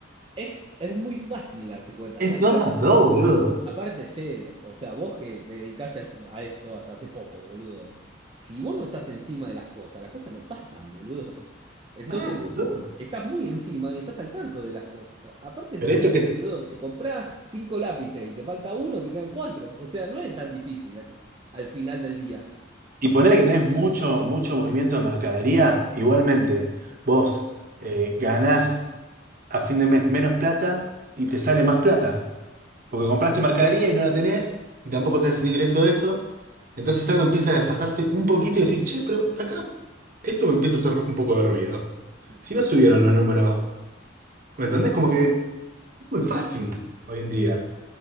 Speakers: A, on the right; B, on the right.
A: Es, es muy fácil darse cuenta.
B: es
A: Y aparte
B: dos más dos, boludo.
A: Aparte, Fede, o sea, vos que te dedicaste a, a esto hasta hace poco, boludo. Si vos no estás encima de las cosas, las cosas no pasan, boludo. <laughs> Entonces,
B: Mal, boludo.
A: estás muy encima y estás al tanto de las cosas. Aparte, sos
B: Pero esto
A: más,
B: que,
A: boludo. Si comprás cinco lápices y te falta uno, te quedan cuatro. O sea, no es tan difícil al, al final del día.
B: y ponele que tenés mucho, mucho movimiento de mercadería, igualmente, vos eh, ganás a fin de mes menos plata y te sale más plata. Porque compraste mercadería y no la tenés, y tampoco tenés el ingreso de eso. Entonces algo empieza a desfasarse un poquito y decís, che, pero acá esto me empieza a hacer un poco de ruido.
A: Mm,
B: Si no subieron los números, ¿me entendés? Como que es muy fácil hoy en día.